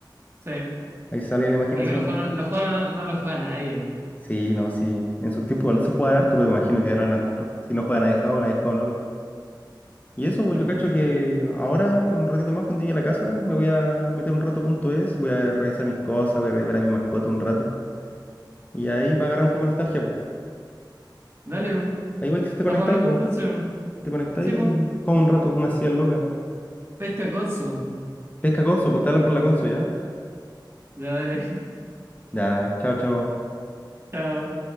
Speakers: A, on the right; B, on the left.
A: sí.
B: Ahí sale la imaginación.
A: Sí, pero los juegos, no, los juegos no, no los juega nadie.
B: Sí, no, sí. En su tiempo igual se jugaban harto, pero imagino que ahora na- lo- si no juegan a dejado, nadie juega a Nolo. Y eso, pues,
A: Sí,
B: yo
A: po.
B: cacho que ahora, en un ratito más, cuando llegue a la casa, me voy a meter un rato a punto es, voy a revisar mis cosas, voy a ver a mi mascota un rato. Y ahí para agarrar un poco de nostalgia, pues.
A: Dale, po.
B: Ahí igual que te
A: Estamos
B: conectáis,
A: hablando
B: pues.
A: entonces. po.
B: Te conectáis
A: Sí, pues.
B: y jugamos un rato, una silla loca.
A: Pesca Conso.
B: Pesca Conso, pues te hablas por la Conso, ¿ya?
A: Ya, dale.
B: Ya, chao, chao.
A: <laughs> Chao.